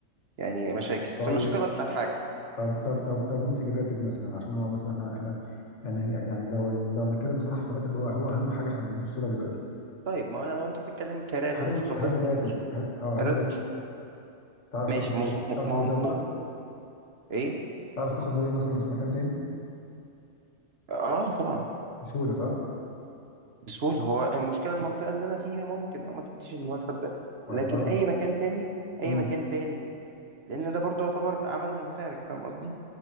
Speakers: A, on the right (about 50°); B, on the left (about 60°).
A: يعني مشاكل
B: طيب
A: فالمشاكل اكتر حاجه
B: طب طب طب طب نمسك الراتب مثلا عشان هو مثلا احنا احنا يعني يعني لو لو هنتكلم بصراحة فالراتب هو هو أهم حاجة احنا بنبص لها دلوقتي
A: طيب ما انا لو انت بتتكلم كراتب
B: هل
A: في خبرتي
B: هل الراتب هل اه
A: راتب
B: هل الراتب تعرف
A: ماشي
B: تاخد
A: م... م...
B: تعرف تاخد
A: م...
B: زيه بره؟
A: م... ايه
B: تعرف تاخد زيه مثلا في مكان تاني
A: اه طبعا
B: بسهولة صح؟
A: بسهولة هو المشكلة المنطقة اللي أنا فيها ممكن أه ما تديش المرتب ده
B: ما
A: لكن
B: ده قصدي
A: أي مكان تاني أي
B: امم
A: مكان تاني لأن ده برضه يعتبر عمل من الخارج فاهم قصدي؟